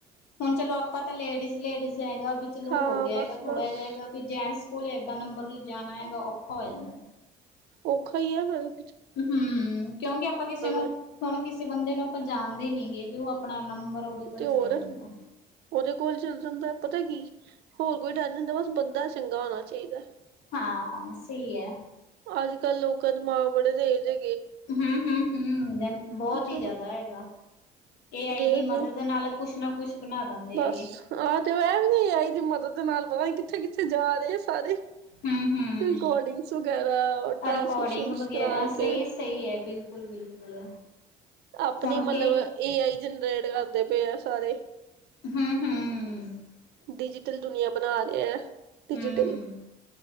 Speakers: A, on the left (about 80°); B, on the right (about 75°).
A: ਹੁਣ ਚਲੋ ਆਪਾਂ ਤਾਂ ਲੇਡੀਜ਼ ਲੇਡੀਜ਼ ਹੈਗਾ ਵੀ ਚਲੋ
B: ਹਾਂ
A: ਹੋ ਗਿਆ ਹੈਗਾ
B: ਬਸ
A: ਥੋੜਾ
B: ਬਸ
A: ਜਿਹਾ ਹੈਗਾ ਵੀ ਜੈਂਟਸ, ਕੋਲੇ ਏਦਾਂ ਨੰਬਰ ਲੈ ਜਾਣਾ ਹੈਗਾ ਔਖਾ ਹੋ ਜਾਂਦਾ।
B: ਔਖਾ ਹੀ ਹੈ ਫੇਰ,
A: ਹੂੰ ਕਿਉਂਕਿ ਆਪਾਂ ਕਿਸੇ ਨੂੰ
B: ਹਾਂ
A: ਹੁਣ ਕਿਸੇ ਬੰਦੇ ਨੂੰ ਆਪਾਂ ਜਾਣਦੇ ਨੀ ਗੇ। ਤੇ ਉਹ ਆਪਣਾ ਨੰਬਰ ਉਹਦੇ ਕੋਲ
B: ਤੇ
A: ਚਲੇ
B: ਹੋਰ
A: ਜਾਂਦਾ।
B: ਉਹਦੇ ਕੋਲ ਚਲ ਜਾਂਦਾ ਪਤਾ ਕੀ। ਹੋਰ ਕੋਈ ਡਰ ਨੀ ਹੁੰਦਾ ਬਸ ਬੰਦਾ ਚੰਗਾ ਹੋਣਾ ਚਾਹੀਦਾ।
A: ਹਾਂ ਸਹੀ ਏ,
B: ਅੱਜ ਕੱਲ੍ਹ ਲੋਕਾਂ ਦਿਮਾਗ ਬੜੇ ਤੇਜ਼ ਹੈ,
A: ਹੂੰ-ਹੂੰ-ਹੂੰ, ਬਹੁਤ
B: ਚਲੋ
A: ਹੀ ਜ਼ਿਆਦਾ ਹੈਗਾ। ਏ ਆਈ
B: ਦੇਖਦੇ
A: ਦੀ ਮਦਦ ਨਾਲ ਕੁਛ ਨਾ ਕੁਛ ਬਣਾ ਦਿੰਦੇ
B: ਬਸ
A: ਹੈਗੇ।
B: ਆਹ ਤੇ ਉਹ ਐ ਵੀ ਏ ਆਈ ਦੀ ਮਦਦ ਦੇ ਨਾਲ, ਪਤਾ ਨੀ ਕਿੱਥੇ ਕਿੱਥੇ ਜਾ ਰਹੇ ਆ। ਸਾਰੇ
A: ਹੂੰ-ਹੂੰ,
B: ਰਿਕੋਡਿੰਗਸ ਵਗੈਰਾ ਟ੍ਰਾਂਸਕਰਿਪਸਨਸ
A: ਰਿਕੋਡਿੰਗ ਵਗੈਰਾ
B: ਕਰਾ ਕੇ,
A: ਸਹੀ-ਸਹੀ ਐ ਬਿਲਕੁਲ-ਬਿਲਕੁਲ,
B: ਆਪਣੇ
A: ਹੁਣ
B: ਮਤਲਬ
A: ਕੇ
B: ਏ ਆਈ ਜਨਰੇਟ ਕਰਦੇ, ਪੇ ਐ ਸਾਰੇ,
A: ਹੂੰ-ਹੂੰ,
B: ਡਿਜੀਟਲ ਦੁਨੀਆਂ ਬਣਾ ਰਿਹਾ ਹੈ। ਡਿਜੀਟਲ,
A: ਹੂੰ,